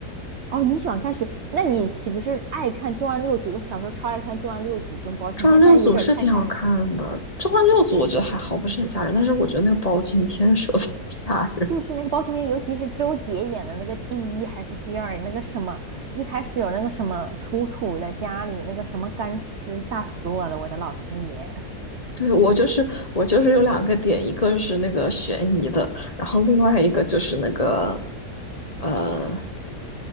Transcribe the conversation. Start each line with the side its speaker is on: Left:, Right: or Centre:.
Right: 哦，你喜欢看谁？那你岂不是爱看《重案六组》？我小时候超爱看《重案六组》跟包青天，
Left: 《重案六组》是挺好看的，
Right: 但是有点太吓人
Left: 《重案六组》我觉得还好，不是很吓人，但是我觉得那个包青天是有点吓人。
Right: 是不是那个包青天，尤其是周杰演的那个第一还是第二，那个什么，一开始有那个什么楚楚的家里那个什么干尸，吓死我了，我的老天爷！
Left: 对，我就是我就是有两个点，一个就是那个悬疑的，然后另外一个就是那个呃